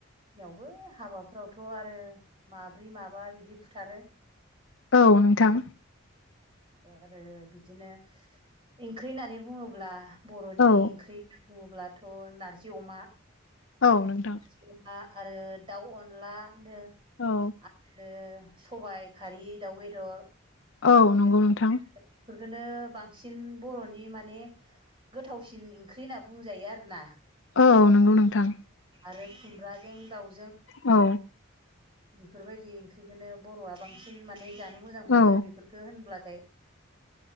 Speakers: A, on the right; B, on the left.
A: नियावबो हाबाफोरावथ' आरो माब्रै माबा बिदि फुथारो
B: औ नोंथां।
A: आरो बिदिनो ओंख्रि होननानै बुङोब्ला बर'नि
B: औ
A: ओंख्रि होननानै बुङोब्लाथ' नारजि अमा
B: औ नोंथां।
A: नारजि अमा आरो दाउ अनलानो
B: औ
A: आरो सबाइ खारि दाउ बेदर
B: औ नंगौ
A: बेफोरखौनो
B: नोंथां
A: बां सिन बर'नि माने गोथावसिन ओंख्रि होनना बुंजायो आरो ना।
B: औ नंगौ नोंथां।
A: आरो खुमब्राजों दाउ
B: औ।
A: बेफोरबायदि ओंख्रिखोनो बर'आ बांसिन माने जानो मोजां
B: औ
A: मोनो बेफोरफोरखो होनब्लाथाय